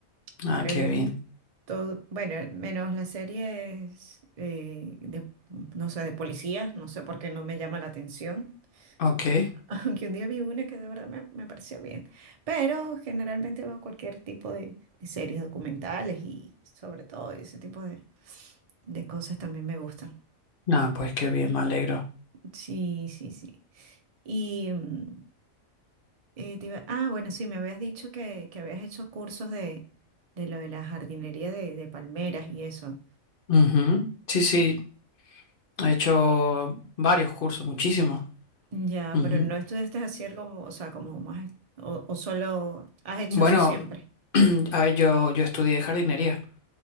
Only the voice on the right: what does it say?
Ver.
Todo, bueno, menos las series eh, de, no sé, de policías, no sé por qué no me llama la atención,
<laughs> aunque un día vi una que de verdad me, me pareció bien, pero generalmente veo cualquier tipo de, de series documentales y sobre todo ese tipo de, de cosas también me gustan.
Sí, sí, sí. Y mm, eh, te iba- ah, bueno, sí, me habías dicho que, que habías hecho cursos de, de lo de la jardinería de, de palmeras y eso.
Ya,
pero no estudiaste así algo, o sea, como más, o, o solo has hecho
eso siempre.